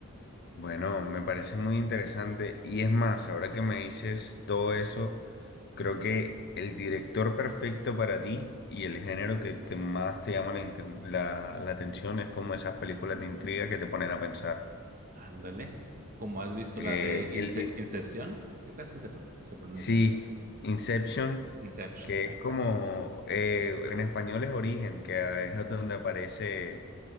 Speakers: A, on the left (about 50°); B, on the right (about 40°).
A: Bueno, me parece muy interesante y es más, ahora que me dices todo eso, creo que el director perfecto para ti y el género que te más te llama la, inten- la- la atención es como esas películas de intriga que te ponen a pensar.
B: Ándale. Como has visto
A: Eh,
B: la de Ince-
A: el di-
B: Incepción, yo casi se, pro- se pronuncia
A: sí,
B: en español.
A: Inception,
B: Inception,
A: que
B: ah,
A: es
B: exacto.
A: como, eh, en español es Origen, que es donde aparece,